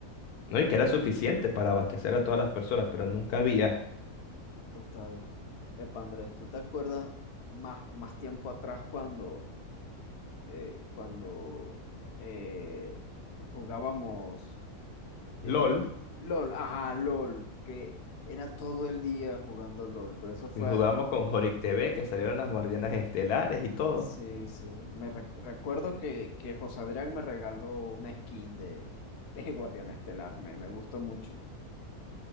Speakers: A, on the left; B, on the left.
A: ¿no? Y que era suficiente para abastecer a todas las personas, pero nunca había
B: <laughs> Total. Epa, Andrés, ¿tú te acuerdas más, más tiempo atrás cuando, eh, cuando eh, jugábamos eh,
A: LOL.
B: LOL? Ajá, LOL, que era todo el día jugando LOL, pero eso fue
A: Y jugamos con Jorik TV, que salieron las Guardianas Estelares y todo.
B: Sí, sí. Me re- recuerdo que, que José Adrián me regaló una skin de, <laughs> de Guardián Estelar. Me, me gustó mucho.